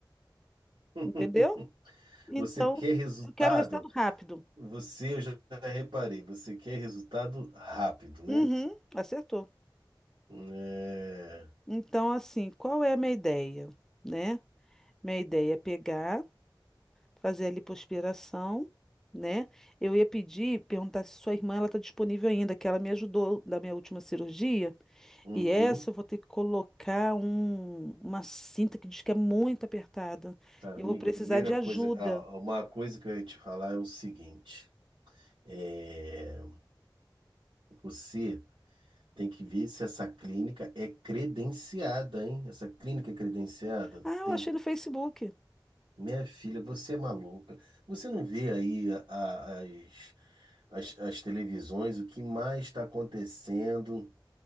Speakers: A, on the right (about 75°); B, in the centre.
A: <laughs>
B: entendeu? Então,
A: Você quer resultado?
B: eu quero o resultado rápido.
A: Você, eu já reparei, você quer resultado rápido, né?
B: Uhum, acertou.
A: É...
B: Então, assim, qual é a minha ideia, né? Minha ideia é pegar, fazer a lipoaspiração, né? Eu ia pedir, perguntar se sua irmã ela está disponível ainda, que ela me ajudou da minha última cirurgia.
A: Uhum.
B: E essa eu vou ter que colocar um- uma cinta que diz que é muito apertada.
A: Amigo,
B: Eu vou precisar
A: a primeira
B: de ajuda.
A: coisa, ah, uma coisa que eu ia te falar é o seguinte. É, você Tem que ver se essa clínica é credenciada, hein? Essa clínica é credenciada?
B: Ah, eu
A: Tem.
B: achei no Facebook.
A: Minha filha, você é maluca. Você não vê aí a- a- as, as, as televisões, o que mais está acontecendo?